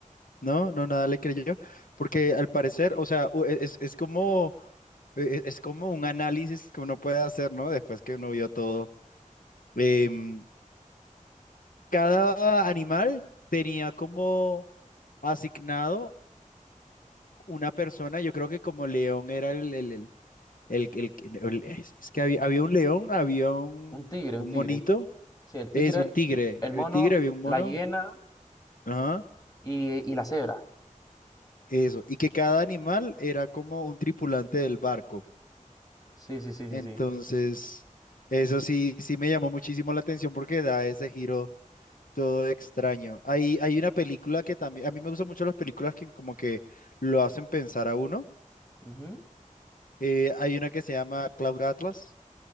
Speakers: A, on the left (about 80°); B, on the left (about 25°).
A: No, no, nada le creyó. Porque al parecer, o sea, u- e, es, es como, e- e, es como un análisis que uno puede hacer, ¿no? Después que uno vio todo. Em, cada animal tenía como asignado una persona, yo creo que como león era el, el, el- El, el- el- es es que había, había un león, había un,
B: Un tigre,
A: un
B: un tigre.
A: monito,
B: Sí, el tigre,
A: es un tigre,
B: el
A: el
B: mono,
A: tigre había un mono,
B: la hiena
A: ajá,
B: y, y la cebra.
A: eso, y que cada animal era como un tripulante del barco.
B: Sí, sí, sí, sí,
A: Entonces,
B: sí.
A: eso sí, sí me llamó muchísimo la atención porque da ese giro todo extraño. Hay, hay una película que también, a mí me gustan mucho las películas que como que lo hacen pensar a uno.
B: Ujú.
A: Eh, hay una que se llama Cloud Atlas,